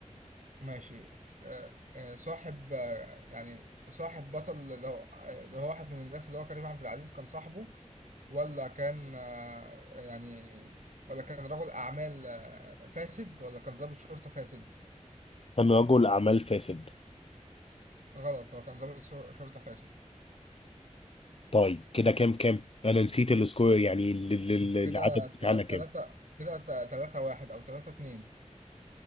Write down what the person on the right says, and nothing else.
ماشي آه، آه، صاحب آه، يعني صاحب بطل اللي هو آه، اللي هو واحد من الناس اللي هو كريم عبد العزيز كان صاحبه ولا كان آه، يعني ولا كان رجل اعمال آه، فاسد ولا كان ضابط شرطه فاسد
غلط هو كان ضابط شر- شرطه فاسد
كده
ت-
تلاتة كده ت- تلاتة واحد أو تلاتة اتنين